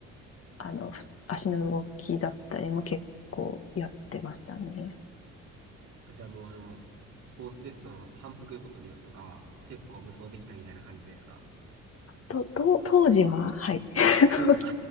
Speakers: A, on the left (about 50°); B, on the right (about 70°).
A: あの、ふ足の動きだったりも結構やってましたね。
B: じゃあもうあの、スポーツテストの反復横跳びとかは結構無双できたみたいな感じですか
A: と、と、当時は、はい。<laughs>
B: 当時は